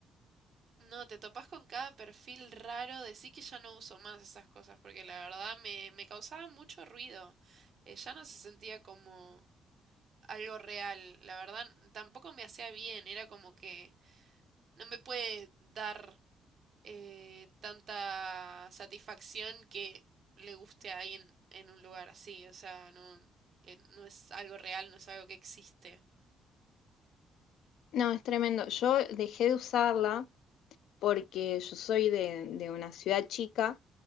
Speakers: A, on the right; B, on the left.
A: No, te topás con cada perfil raro. Decí que ya no uso más esas cosas porque la verdad me, me causaba mucho ruido. Eh, ya no se sentía como algo real. La verdad, tampoco me hacía bien. Era como que no me puede dar eh, tanta satisfacción que le guste a alguien en un lugar así. O sea, no, eh, no es algo real, no es algo que existe.
B: No, es tremendo. Yo dejé de usarla porque yo soy de, de una ciudad chica,